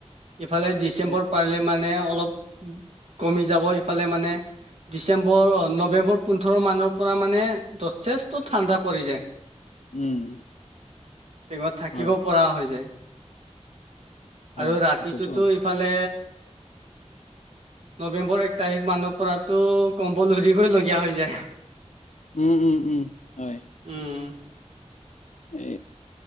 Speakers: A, on the right; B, on the left.
A: ইফালে ডিচেম্বৰ
B: কম
A: পাৰিলে মানে অলপ কমি যাব ইফালে মানে ডিচেম্বৰ, নৱেম্বৰ পোন্ধৰ মানৰ পৰা মানে যথেষ্ট ঠাণ্ডা পৰি যায়।
B: উম।
A: তেকুৱা থাকিব
B: হয়
A: পৰা হৈ যায়।
B: হয়
A: আৰু ৰাতিটোতো
B: এইটোতো হয়
A: ইফালে নৱেম্বৰ এক তাৰিখ মানৰ পৰাতো কম্বল উৰিবই লগীয়া হৈ যায়।
B: উম, উম, উম। হয়
A: উম।
B: এ,